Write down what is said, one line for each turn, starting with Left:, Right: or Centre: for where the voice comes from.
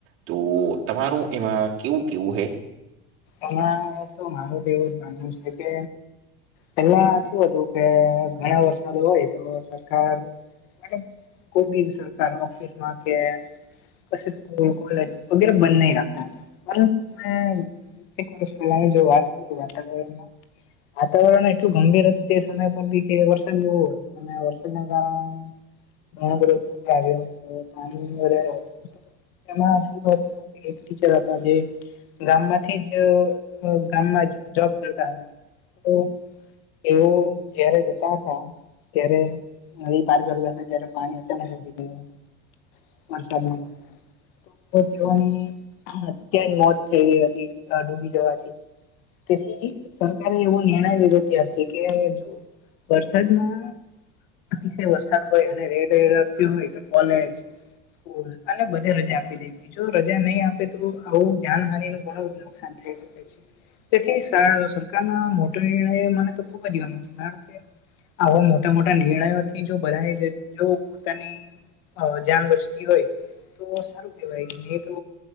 Right: તો તમારું એમાં કેવું કેવું હૈ?
Left: આ તો મારું બી એવું જ માનવું સે કે પેલા કેવુ હતું કે ઘણા વરસાદ હોય તો સરકાર મતલબ કોઈ બી એક સરકાર ઓફિસમાં છે. પસી સ્કૂલ, કોલેજ વગેરે બંધ નહી રાખતા હતા પરંતુ મે એક વર્ષ પહેલાની જો વાત કરું વાતાવરણમાં વાતાવરણ એટલું ગંભીર હતું તે સમય પર બી કે વરસાદ બો હતો. અને વરસાદના કારણે ઘણો બધો પુર આવ્યો હતો પાણી વધારે હતું એટલે એમાં <unintelligible> એક ટીચર હતા જે ગામમાં થી જ અ ગામમાં જ જોબ કરતા હતા. તો એઓ જયારે જતા હતા ત્યારે નદી પાર કરતાને જ્યારે પાણી અચાનક ઉલ્ટી ગયું હતું. વરસાદના કારણે તો તો તેઓની અત્યારે જ મોત થઈ ગઈ હતી. તા ડૂબી જવાથી. તેથી, સરકારે એવો નિણર્ય લીધો ત્યારથી કે જો વરસાદમાં અતિશય વરસાદ હોય અને રેડ એલર્ટ બી હોય તો કોલેજ, સ્કૂલ અને બધે રજા આપી દીધી જો રજા નહીં આપે તો આવું જાનહાનીનું ઘણું હોઈ શકે છે. તેથી શાળા સરકારનો મોટો નિર્ણય મને તો ખૂબ ગમે છે કારણ કે આવા મોટા મોટા નિર્ણય નથી જો બધાને જ જો પોતાની અ જાન બચતી હોય. તો સારું કેવાય ને એ તો